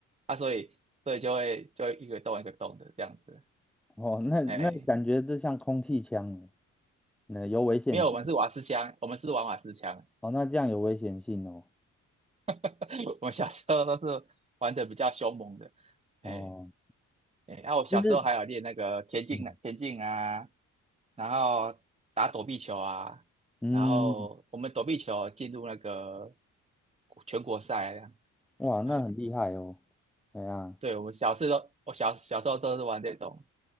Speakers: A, on the right; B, in the centre.
A: 啊，所以所以就会就会一个洞一个洞的这样子，
B: 哦，那那感觉这像空气枪了，
A: 哎，
B: 那有危险性。
A: 没有，我们是瓦斯枪，我们是玩瓦斯枪，
B: 哦，那这样有危险性哦。
A: <laughs> 我们小时候都是玩的比较凶猛的，哎。
B: 哦，
A: 哎，然后我小时候还有练那个田径呢，
B: 其实，嗯，
A: 田径啊，然后打躲避球啊，
B: 嗯
A: 然后我们躲避球进入那个全国赛啊
B: 哇，那很厉害哦。
A: 哎，
B: 对啊，
A: 对，我们小时候，我小小时候都是玩这种